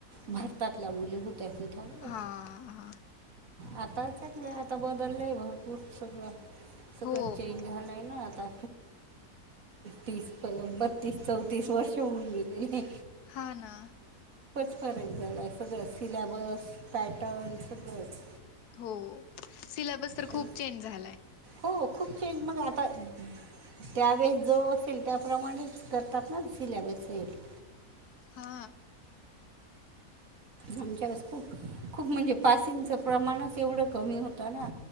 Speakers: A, on the right; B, on the left.
A: भारतातल्या मुली होत टॅक्सी थब
B: हा हा
A: आता आता बदलले आहे भरपूर सगळं सगळं
B: हो
A: चेंज झालंय ना आता तीस बत्तीस चौतीस वर्ष होऊन गेले
B: हा ना
A: फॉर एक्झा आहे सगळं सिलेॅबस पॅटर्न सगळंच
B: हो सिलेब तर
A: ते
B: खूप चें झा
A: हो खूप चेंज मग आता त्यावेेळेस जो पिल त्याप्रमाणेच करतात ना सिलेबस आहेत
B: हा
A: आमच्या खूप खूप म्हणजे पासिंगच प्रमाणच एवढं कमी होतं ना